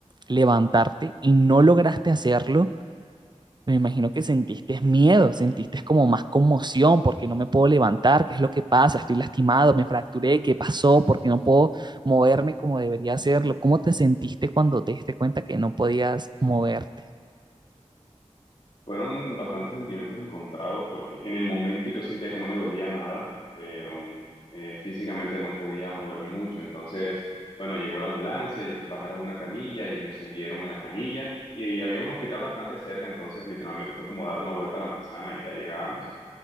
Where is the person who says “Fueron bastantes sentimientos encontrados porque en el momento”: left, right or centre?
Left